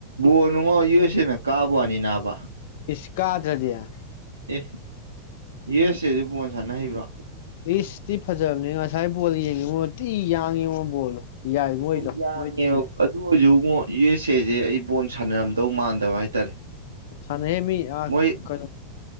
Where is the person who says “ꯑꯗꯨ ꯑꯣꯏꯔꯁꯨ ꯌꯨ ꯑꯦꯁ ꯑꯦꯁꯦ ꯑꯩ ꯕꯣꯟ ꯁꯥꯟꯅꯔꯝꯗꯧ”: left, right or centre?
Right